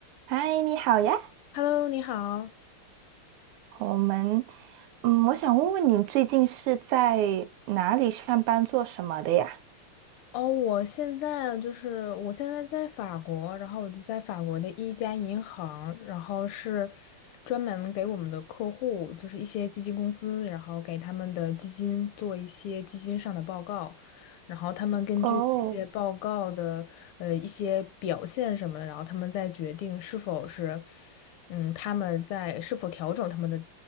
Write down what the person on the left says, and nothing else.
Hello，你好。
哦，我现在就是我现在在法国，然后我就在法国的一家银行，然后是专门给我们的客户，就是一些基金公司，然后给他们的基金做一些基金上的报告，然后他们根据这些报告的呃一些表现什么的，
然后他们再决定是否是嗯他们在是否调整他们的